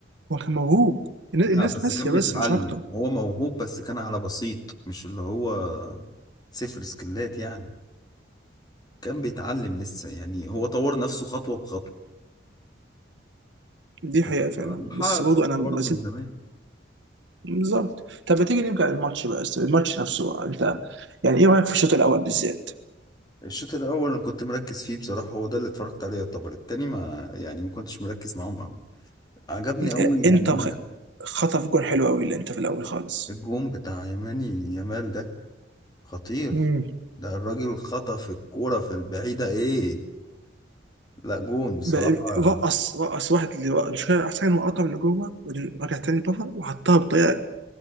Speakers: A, on the right; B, on the left.
A: هو كان موهوب الن- الناس
B: لا بس
A: ناسيه
B: كان بيتعلم
A: بس مش اكتر
B: هو موهوب بس كان على بسيط مش اللي هو صفر سكلات يعني كان بيتعلم لسه يعني هو طور نفسه خطوة بخطوة
A: دي حقيقه
B: وهو
A: فعلا
B: محقق
A: بس برضه
B: شهرة
A: انا ما
B: برضه
A: زلت
B: من زمان
A: بالظبط طب ما تيجي نرجع للماتش بقى الماتش نفسه بقى. انت يعني ايه رايك في الشوط الاول بالذات
B: الشوط الأول أنا كنت مركز فيه بصراحة هو ده اللي اتفرجت عليه يعتبر التاني ما يعني ما كنتش مركز معاهم أوي عجبني أوي
A: آه،
B: يعني
A: انت
B: أنا
A: وخ- خطف جول حلو قوي اللي انت في الاول خالص
B: الجون بتاع يماني يامال ده خطير
A: امم
B: ده الراجل خطف الكورة في البعيدة إيه لا جون بصراحة
A: ب- رقص رقص واحد اللي مش فاهم احسن حاجه انه قطع من اللي جوه وبعدين رجع تاني بره وحطها بطريقه